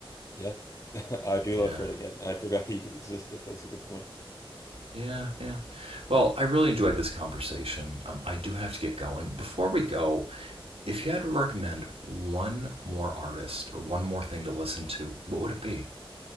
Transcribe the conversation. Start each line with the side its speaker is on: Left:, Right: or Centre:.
Left: Yeah. <laughs> I do
Right: Yeah.
Left: love Fred again. I forgot he <laughs> existed. That's a good point.
Right: Yeah, yeah. Well, I really enjoyed this conversation. Um, I do have to get going. Before we go, if you had to recommend one more artist or one more thing to listen to, what would it be?